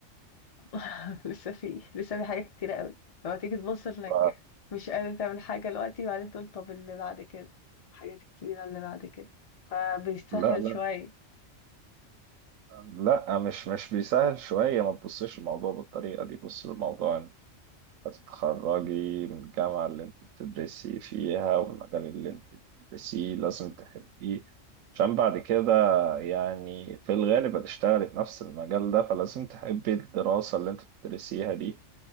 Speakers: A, on the left; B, on the right.
A: <laughs> لسه في لسه في حاجات كتيرة قوي لما تيجي تبص انك
B: ف...
A: مش قادر تعمل حاجة دلوقتي وبعدين تقول طب اللي بعد كده الحاجات الكبيرة اللي بعد كده فبيستاهل
B: لا لا
A: شوية
B: لا مش مش بيسهل شوية ما تبصش الموضوع بالطريقة دي بص الموضوع هتتخرجي من الجامعة اللي انت بتدرسي فيها والمجال اللي انت بتدرسيه لازم تحبيه عشان بعد كده يعني في الغالب هتشتغلي في نفس المجال ده فلازم تحبي الدراسة اللي انت بتدرسيها دي